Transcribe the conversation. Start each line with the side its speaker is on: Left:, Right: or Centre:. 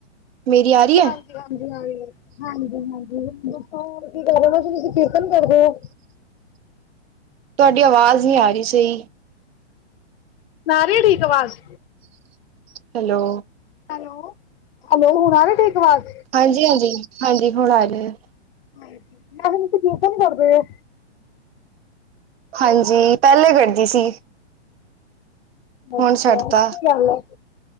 Right: ਮੇਰੀ ਆ ਰਹੀ ਹੈ?
Left: ਹਾਂਜੀ ਹਾਂਜੀ ਹ ਹਾਂਜੀ ਹਾਂਜੀ ਦੱਸੋ ਹੋਰ ਕੀ ਕਰ ਤੁ ਤੁਂ ਕੀਰਤਨ ਕਰਦੋ ਓ
Right: ਤੁਹਾਡੀ ਆਵਾਜ਼ ਨਹੀਂ ਆ ਰਹੀ ਸਹੀ
Left: ਹੁਣ ਆ ਰਹੀ ਠੀਕ ਆਵਾਜ਼
Right: ਹੈਲੋ
Left: ਹੈਲੋ, ਹੈਲੋ ਹੁਣ ਠੀਕ ਆਵਾਜ਼
Right: ਹਾਂਜੀ -ਹਾਂਜੀ- ਹਾਂਜੀ ਹੁਣ ਆ ਰਹੀ ਹੈ।
Left: ਮੈਂ ਕਿਹਾ ਤੁਸੀਂ ਕੀਰਤਨ ਕਰਦੇ ਹੋ
Right: ਹਾਂਜੀ, ਪਹਿਲੇ ਕਰਦੀ ਸੀ
Left: ਅੱਛਾ,
Right: ਹੁਣ ਛੱਡਤਾ
Left: ਅੱਛੀ ਗੱਲ ਹੈ